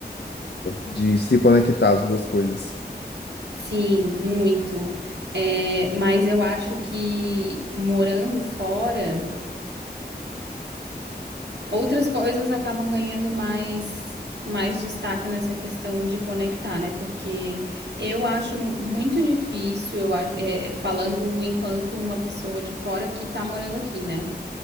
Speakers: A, on the left (about 75°); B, on the right (about 80°).
A: de se conectar as duas coisas.
B: Sim, muito. É, mas eu acho que morando fora. Outras coisas acabam ganhando mais, mais destaque nessa questão de conectar, né? Porque eu acho muito difícil, eu acho, é, falando enquanto uma pessoa de fora que tá morando aqui, né?